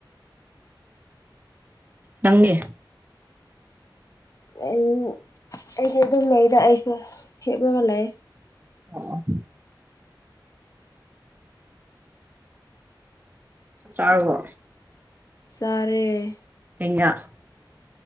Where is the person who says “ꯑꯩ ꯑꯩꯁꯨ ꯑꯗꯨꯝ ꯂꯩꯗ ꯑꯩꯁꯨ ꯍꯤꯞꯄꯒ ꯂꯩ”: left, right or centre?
Left